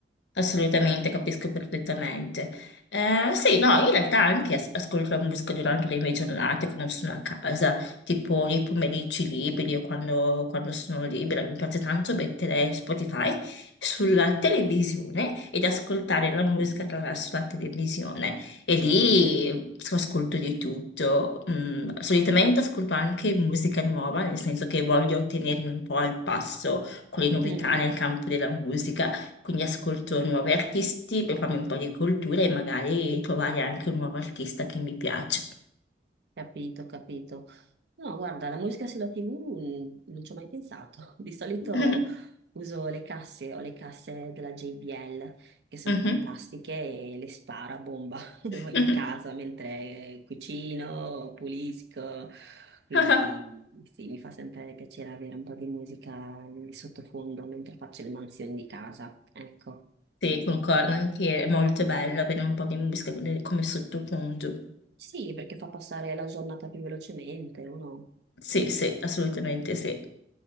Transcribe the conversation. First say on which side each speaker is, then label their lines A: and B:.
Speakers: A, on the left; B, on the right.
A: Assolutamente, capisco perfettamente. Eh, sì, no, in realtà anche as- ascolto la musica durante le mie giornate quando sono a casa, tipo nei pomeriggi liberi o quando, quando sono libera. Mi piace tanto mettere Spotify sulla televisione ed ascoltare la musica attraverso la televisione. E lì
B: Mm,
A: so- ascolto di tutto. Mm, solitamente ascolto anche musica nuova, nel senso che voglio tenermi un po' al passo con le novità
B: mm.
A: nel campo della musica quindi ascolto nuovi artisti per farmi un po' di cultura e magari trovare anche un nuovo artista che mi piace.
B: Capito, capito. No, guarda, la musica sulla TV mh, non ci ho mai pensato. <laughs> Di solito
A: <laughs>
B: uso le casse, ho le casse della JBL che sono
A: Mhm,
B: fantastiche e le sparo a bomba <laughs> in
A: mhm.
B: casa mentre cucino, pulisco. Quindi
A: <laughs>
B: sì, mi fa sempre piacere avere un po' di musica di sottofondo mentre faccio le mansioni di casa. Ecco.
A: Sì, concordo anche, è molto bello avere un po' di musica come come sottofondo.
B: Sì, perché fa passare la giornata più velocemente, uno
A: Sì, sì, assolutamente sì.